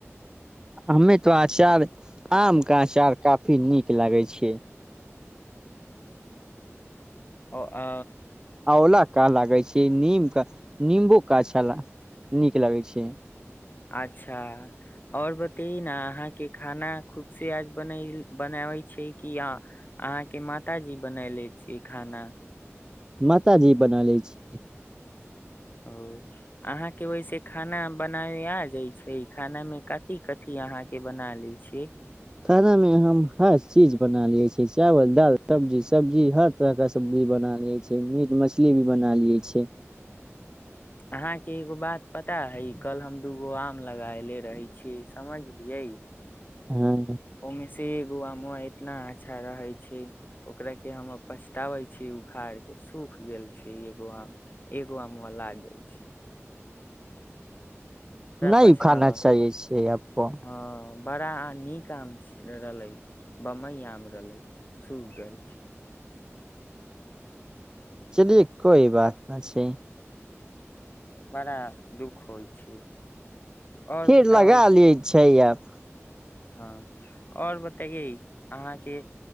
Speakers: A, on the right; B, on the left.
A: हमे तो अचार आम के अचार काफी नीक लगै छिय
B: ओ आ
A: आंला का लागे छै नीम का नंबो का अछा नीक लगे छै
B: अच्छा आओर बतै ने अहाँके खाना खुद से आज बन बनाबै छै कि अहाँके माताजी बनले छियै खाना
A: माताजी बनैलै छी
B: ओ अहाँके वैसे खाना बनाय आ जाइ छै खाना मे कथी कथी अहाँके बना लै छियै
A: खानामे हम हर चीज बना लियै छियै चावल दाल सब्जी सब्जी हर तरहके सब्जी बना लियै छिय मीट मछली भी बना लियै छिय
B: अहाँके एगो बात पता हइ कल हम दूगो आम लगायले रहै छियै समझलियै
A: हँ
B: ओमसी गआ मो कितना अच्छा रहे छै ओकरा के हम पछतावे छी उखाड़ के सूख गेल छै एगो आम ए ग मे लाग जा छी
A: नहि
B: पछतावा
A: खाना अच्छा
B: होय
A: हैइ छै अपन
B: हँ बड़ा आम नीक आम रहलै बम्बई आम रहलै सूख गेल
A: चलिये कोइ बात न छै
B: बड़ा दुःख होइ छै और
A: फिर
B: बताबै
A: लगा
B: छी
A: लैय छै आब
B: हँ आओर बतैेयै अहाँके